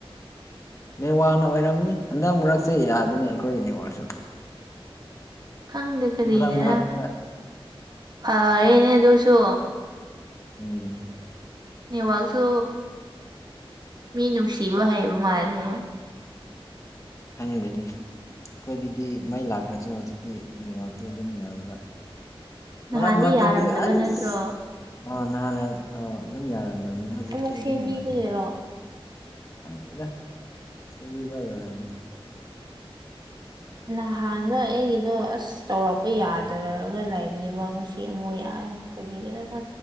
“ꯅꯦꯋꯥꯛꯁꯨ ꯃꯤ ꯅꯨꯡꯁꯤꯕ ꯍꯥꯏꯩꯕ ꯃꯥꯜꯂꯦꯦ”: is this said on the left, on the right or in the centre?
Right